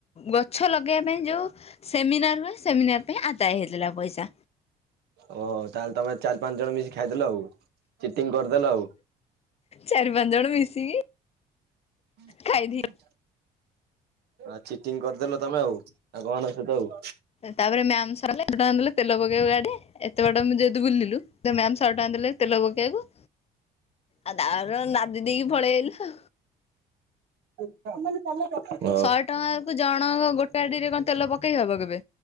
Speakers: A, on the left (about 35°); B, on the right (about 75°).
A: ଗଛ ଲଗେଇବା ପାଇଁ ଯେଉଁ ସେମିନାର ହୁଏ। ସେମିନାର ପାଇଁ ଆଦାୟ ହେଇଥିଲା ପଇସା।
B: ଓହୋ ତାହେଲେ ତମେ ଚାରି ପାଞ୍ଚ ଜଣ ମିଶି ଖାଇଦେଲ। ଆଉ ଚିଟିଙ୍ଗ କରିଦେଲ ଆଉ।
A: ଚାରି ପାଞ୍ଚ ଜଣ ମିଶିକି।
B: ହଁ
A: ଖାଇଦେଇ
B: ହ <inaudible> ଆଉ ଚିଟିଙ୍ଗ କରିଦେଲ ତମେ ଆଉ ଆ କଣ ନା ସେ ତ ଆଉ।
A: ତାପରେ ମ୍ୟାସ <unintelligible> ତେଲ ପକେଇବାକୁ ଗାଡେ ଏତେ ବାଟ ଯେହେତୁ ବୁଲିଲୁ, ମ୍ୟାମ ଶହେ ଟଙ୍କା ଦେଲେ ତେଲ ପକେଇବାକୁ। ଆଉ ତର ନାଦି ଦେଇକି ପଳେଇ ଅଇଲୁ।
B: <inaudible> ଚା <inaudible>
A: ଶହେ ଟଙ୍କା କୁ ଜଣ ଗୋଟେଡିରେ କଣ ତେଲ ପକେଇ ହବ କେବେ।